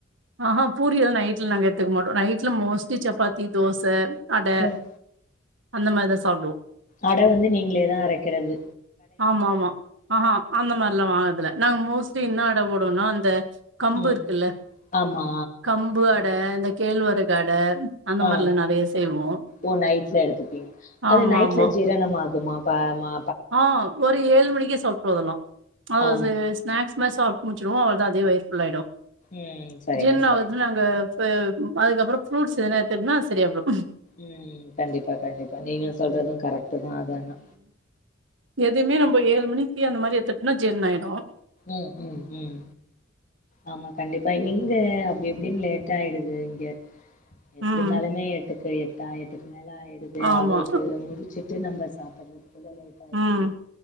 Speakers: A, on the right; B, on the left.
A: ஆ ஹா பூரியலா நைட்டில் நாங்க எட்த்துக்க மாட்டோ நைட்ல மோஸ்ட்லி சப்பாத்தி தோச அட
B: ம்
A: அந்த மார்தா சாப்டோ
B: அட வந்து நீங்ளே தா அரைக்றது
A: ஆமாம்மா ஆ ஹா அந்த மார்லா வாங்கர்துல நாங்க மோஸ்ட்லி இன்ன அட போடுவன்னா அந்த கம்பு
B: ம்
A: இருக்குல்ல
B: ஆமா
A: கம்பு அட இந்த கேழ்வரகு அட அந்த
B: ஆ
A: மாரிலா நெறைய செய்வோ
B: ஓ நைட்ல எடுத்துப்பீங்க அது
A: ஆமா
B: நைட்ல
A: ஆமா
B: ஜீரணம் ஆகுமா பயமா
A: ஆ ஒரு ஏழு மணிக்கே சாப்ட்ருவ அதலா அதுல
B: ஆம்
A: சிலகேஸ் ஸ்நாக்ஸ் மார் சாப்ட்டு முட்ச்சுடுவோ அவள்தா அதே வயிர் ஃபுல் ஆய்டு
B: ம் சரிங்க
A: ஜீர்னாவாது
B: சரிங்க
A: நாங்க இப்ப அதுக்கப்புறோ ஃப்ரூட்ஸ் எதுனா எடுத்துட்னா சரியாபோ
B: ம் கண்டிப்பா கண்டிப்பா நீங்க சொல்றது கரெக்டுதா அதானா
A: எதுமே நம்போ ஏழ் மணிக்கி அந்த மாரி எத்துட்னா ஜீர்ணாயடு
B: ம் ம் ம் ஆமா கண்டிப்பா இங்க அப்டி இப்டின் லேட் ஆய்டுது இங்க எப்டி
A: ம்
B: இருந்தாலுமே எட்டுக்கு எட்டா எட்டுக்கு மேல ஆய்டுது
A: ஆமா
B: அவருக்கு முடுச்சு ட்டு நம்ம சாப்படறதுக்குள்ள லேட் ஆய்டுது
A: ம்